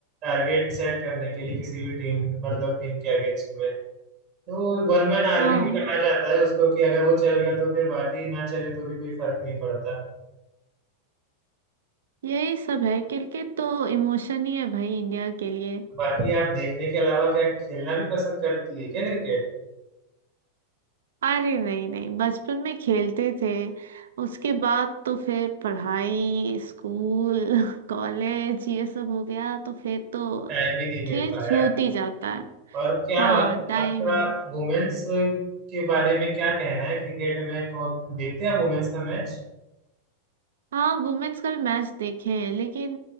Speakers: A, on the right; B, on the right.
A: टारगेट सेट करने के लिए किसी भी टीम मतलब टीम के अगेंस्ट में तो वन मैन आर्मी
B: हाँ
A: भी कहा जाता है उसको कि अगर वो चल गया तो फिर बाकी ना चले तो भी कोई फर्क नहीं पड़ता
B: यही सब है क्रिकेट तो इमोशन ही है भाई इंडिया के लिए
A: बाकी आप देखने के अलावा क्या खेलना भी पसंद करती है क्या क्रिकेट
B: अरे नहीं नहीं बचपन में खेलते थे उसके बाद तो फिर पढ़ाई स्कूल <laughs> कॉलेज ये सब हो गया तो फिर तो
A: टाइम भी नहीं मिल
B: खेल
A: पाया
B: छूट ही जाता है
A: और क्या
B: हाँ
A: बात
B: टाइम
A: आपका
B: ही
A: वुमेन्स के बारे में क्या कहना है क्रिकेट में कौन- देखते हैं आप वुमेन्स का मैच
B: हाँ वुमेन्स का भी मैच देखे हैं लेकिन